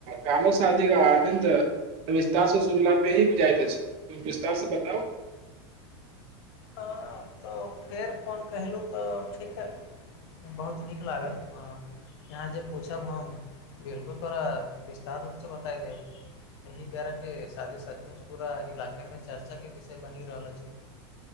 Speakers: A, on the right; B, on the left.
A: गामक शादी कऽ आनन्द विस्तार से सुनला पे ही बुझाइत अछि विस्तार से बताउ
B: हँ तऽ फेर फोन कहलुं तऽ उठैके बहुत नीक लागल हँ यहाँ जे पूछब हम बिलकुल तोरा विस्तार रूपसँ बताय देब एहि बेर के शादी सचमुश पूरा इलाका मे चर्चा के विषय बनी रहल अछि